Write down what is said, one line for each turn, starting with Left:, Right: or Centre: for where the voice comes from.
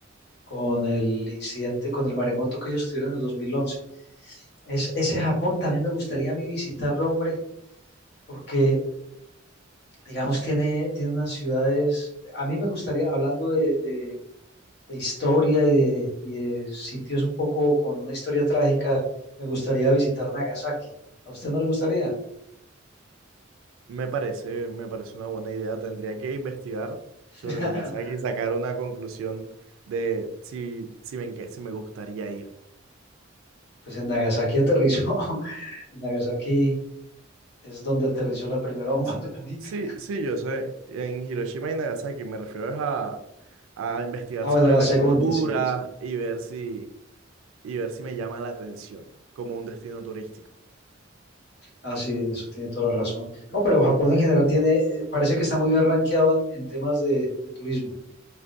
Left: con el incidente, con el maremoto que ellos tuvieron en el 2011. Es, ese Japón también me gustaría a mí visitarlo, hombre, porque, digamos, tiene, tiene unas ciudades, a mí me gustaría, hablando de, de de historia y de, y de sitios un poco con una historia trágica, me gustaría visitar Nagasaki. ¿A usted no le gustaría?
Right: Me parece, me parece una buena idea. Tendría que investigar
Left: <laughs>
Right: sobre Nagasaki y sacar una conclusión de si, si me, enca- si me gustaría ir.
Left: Pues en Nagasaki aterrizó. <laughs> En Nagasaki es donde aterrizó la primera bomba
Right: S-
Left: <laughs> atómica.
Right: Sí, sí, yo sé. En Hiroshima y Nagasaki me refiero es a, a investigar
Left: Ah, bueno,
Right: sobre
Left: la
Right: la
Left: segunda,
Right: cultura
Left: sí, la segunda.
Right: y ver si, y ver si me llama la atención como un destino turístico.
Left: Ah, sí, en eso tiene toda la razón. No, pero Japón en general tiene, eh, parece que está muy bien rankeado en, en temas de, de turismo.